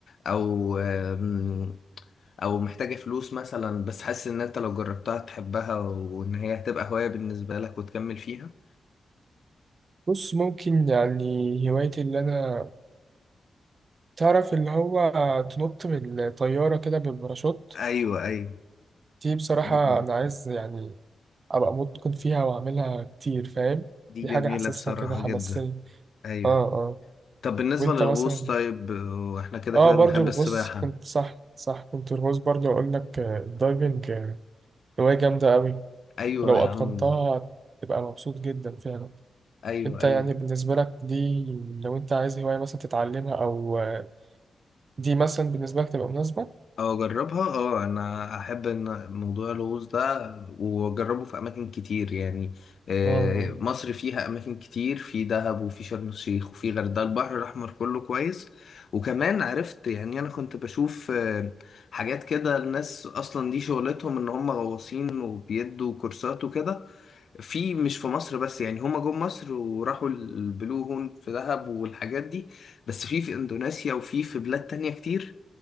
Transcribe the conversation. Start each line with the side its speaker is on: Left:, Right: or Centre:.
Left: او آم، او محتاجة فلوس مثلا بس حاسس ان انت لو جربتها تحبها وان هي هتبقى هواية بالنسبة لك وتكمل فيها
Right: بص ممكن يعني هوايتي اللي أنا تعرف اللي هو تنط من الطيارة كده بالباراشوت
Left: ايوه ايوه
Right: دي بصراحة
Left: م- م.
Right: أنا عايز يعني أبقى متقن فيها وأعملها كتير فاهم
Left: دي
Right: دي
Left: جميلة
Right: حاجة حاسسها
Left: بصراحة
Right: كده حماسية
Left: جدا ايوه
Right: اه اه
Left: طب بالنسبة
Right: وأنت
Left: للغوص
Right: مثلا
Left: طيب آه، واحنا كده
Right: اه
Left: كده
Right: برضو
Left: بنحب
Right: الغوص
Left: السباحة
Right: كنت صح صح كنت الغوص برضو أقول لك آه، الدايفنج آه، هواية جامدة أوي
Left: ايوه
Right: ولو
Left: يا
Right: أتقنتها
Left: عم
Right: تبقى مبسوط جدا فعلا
Left: ايوه
Right: أنت
Left: ايوه
Right: يعني بالنسبة لك دي لو أنت عايز هواية مثلا تتعلمها أو آه، دي مثلا بالنسبة لك تبقى مناسبة؟
Left: او اجربها اه انا احب ان موضوع الغوص ده واجربه في اماكن كتير يعني آه،
Right: آه
Left: مصر فيها اماكن كتير في دهب وفي شرم الشيخ وفي غردقه البحر الاحمر كله كويس وكمان عرفت يعني انا كنت بشوف آه، حاجات كده الناس اصلا دي شغلتهم ان هم غواصين وبيدوا كورسات وكده في مش في مصر بس يعني هما جم مصر وراحوا البلو هول في دهب والحاجات دي بس في في اندونيسيا وفي في بلاد تانية كتير